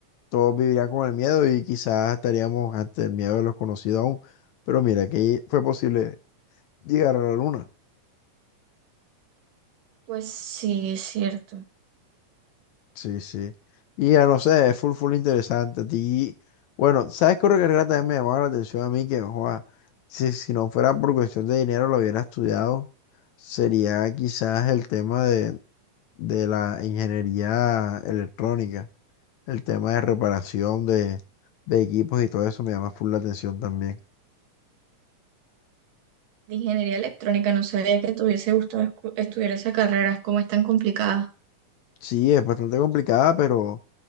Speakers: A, on the left; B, on the right.
A: todos vivirían con el miedo y quizás estaríamos ante el miedo de los conocidos aún. Pero mira, que fue posible llegar a la luna.
B: Pues sí, es cierto.
A: Sí, sí. Y ya no sé, es full, full interesante. A ti, bueno, ¿sabes qué otra carrera también me llamaba la atención a mí? Que, joa, si, si no fuera por cuestión de dinero, lo hubiera estudiado. Sería quizás el tema de, de la ingeniería electrónica, el tema de reparación de, de equipos y todo eso me llama full la atención también.
B: De ingeniería electrónica no sabía que te hubiese gustado escu- estudiar esa carrera, como es tan complicada.
A: Sí, es bastante complicada, pero